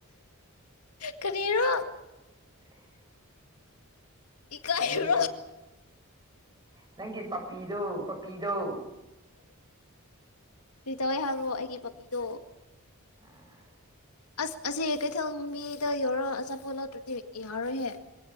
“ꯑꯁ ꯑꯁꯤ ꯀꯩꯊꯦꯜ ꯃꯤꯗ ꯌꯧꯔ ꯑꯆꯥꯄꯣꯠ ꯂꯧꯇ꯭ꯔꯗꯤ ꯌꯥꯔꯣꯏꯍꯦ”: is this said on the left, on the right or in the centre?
Left